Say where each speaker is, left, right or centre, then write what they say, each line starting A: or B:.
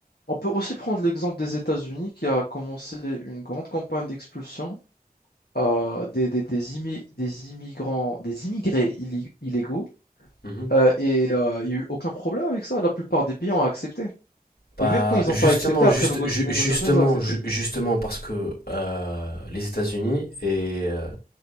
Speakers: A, on the left (about 90°); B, on the left (about 75°).
A: On peut aussi prendre l'exemple des États-Unis qui a commencé une grande campagne d'expulsion euh, des, des, des, immi- des immigrants, des immigrés illi- illégaux
B: Mmh.
A: euh, et euh, il n'y a eu aucun problème avec ça. La plupart des pays ont accepté.
B: Bah,
A: Et même quand ils
B: justement,
A: n'ont pas accepté, après
B: juste,
A: négo-
B: ju-
A: négociation,
B: justement,
A: ils ont accepté.
B: ju- justement, parce que euh, les États-Unis est, euh,